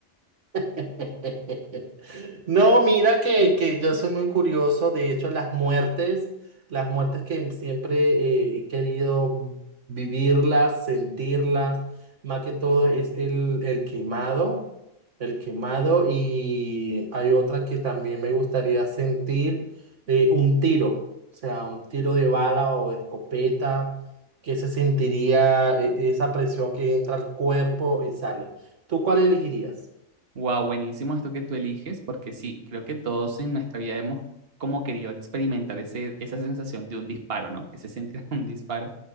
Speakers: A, on the right; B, on the right.
A: <laughs> No, mira que, que yo soy muy curioso. De hecho, las muertes, las muertes que siempre eh, he querido vivirlas, sentirlas, más que todo es el, el quemado, el quemado y hay otra que también me gustaría sentir, eh, un tiro, o sea, un tiro de bala o de escopeta, que se sentiría eh, esa presión que entra al cuerpo y sale. ¿Tú cuál elegirías?
B: Wow, buenísimo esto que tú eliges, porque sí, creo que todos en nuestra vida hemos como querido experimentar ese, esa sensación de un disparo, ¿no? Que se sentirá <laughs> un disparo